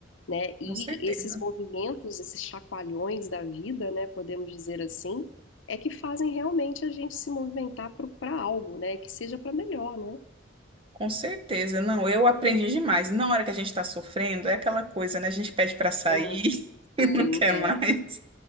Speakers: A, on the left (about 75°); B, on the right (about 30°).
A: né? E
B: Com certeza.
A: esses movimentos, esses chacoalhões da vida, né, podemos dizer assim, é que fazem realmente a gente se movimentar para algo, né? Que seja para melhor, né?
B: Com certeza, não, eu aprendi demais. Na hora que a gente está sofrendo, é aquela coisa, né? A gente pede para sair,
A: É muito,
B: <laughs>
A: sim,
B: não quer
A: é.
B: mais.